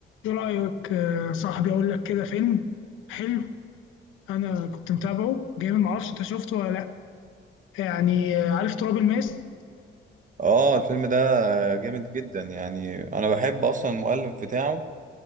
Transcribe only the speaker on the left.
ايه رأيك آه، صاحبي اقول لك كده فيلم حلو انا كنت متابعه جامد معرفش انت شفته ولا لا يعني آه، عارف تراب الماس